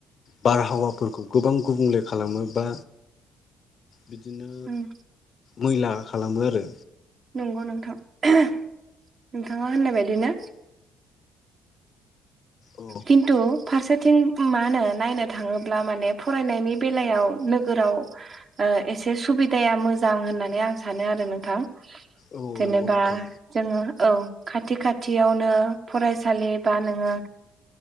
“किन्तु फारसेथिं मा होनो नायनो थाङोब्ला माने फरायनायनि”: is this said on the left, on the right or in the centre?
Right